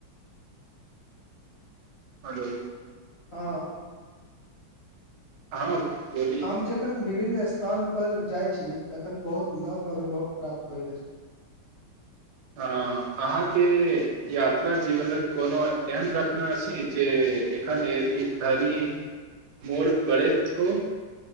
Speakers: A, on the right (about 80°); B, on the left (about 45°).
A: हेलो
B: हँ
A: हँ बोली
B: हम जेखन विभन्न स्थान पर जाय छी तखन बहुत नव अनुभव प्राप्त होयत अछि
A: हँ अहाँके यात्रा जीवनक कोनो एहन घटना अछि जे एखन धरि मोन पड़ैत हो